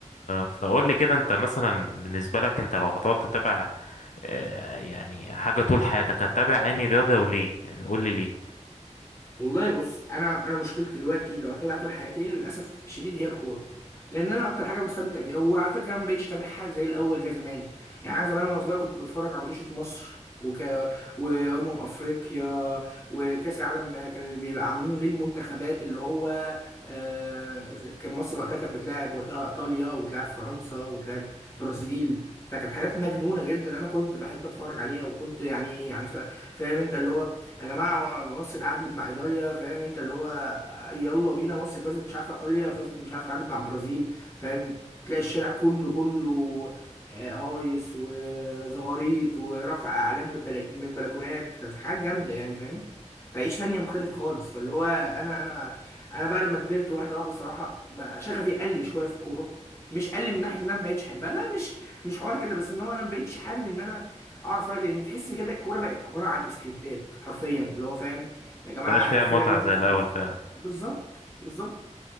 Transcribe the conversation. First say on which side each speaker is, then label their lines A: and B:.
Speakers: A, on the left; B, on the left.
A: فقول لي كده انت مثلا بالنسبة لك انت لو هتقعد تتابع آه، يعني حاجة طول حياتك هتتابع عيني رياضة وليه يعني قول لي ليه
B: والله بص انا انا مشكلتي دلوقتي لو هتابع طول حياتي هي للاسف الشديد هي الكوره لان انا اكتر حاجه بستمتع بيها وعلى فكره انا ما بقتش اتابعها زي الاول زي زمان يعني انا زمان وانا صغير كنت بتفرج على ماتشات مصر وك... وامم افريقيا وكاس العالم كان اللي بيبقى عاملينه للمنتخبات اللي هو آه... ز- كان مصر وقتها كانت بتلاعب وقتها ايطاليا وتلاعب فرنسا وتلاعب برازيل فكانت حاجات مجنونه جدا انا كنت بحب اتفرج عليها وكنت يعني يعني فا- فاهم انت اللي هو يا جماعه مصر اتعادلت مع ايطاليا فاهم انت اللي هو يلا بينا مصر فازت مش عارفه ايطاليا فازت مش عارفه اتعادلت مع البرازيل فاهم تلاقي الشارع كله كله آه، هايص وزغاريط ورفع اعلام من بلك من البلكونات كانت حاجه جامده يعني فاهم فعيش تانية مختلفة خالص فاللي هو أنا أنا أنا بقى لما كبرت واحدة واحدة الصراحة ما- شغفي قل شوية في الكورة مش قل من ناحية إن أنا ما بقتش أحبها لا مش مش حوار كده بس إن هو أنا ما بقتش حابب إن أنا اقعد اتفرج لان تحس كده الكوره بقت عباره عن سكريبتات حرفيا اللي هو فاهم يا جماعه
A: مبقاش فيها
B: الفرقه
A: متعة
B: دي لازم
A: زي
B: تفوز
A: الأول فعلا
B: بالظبط بالظبط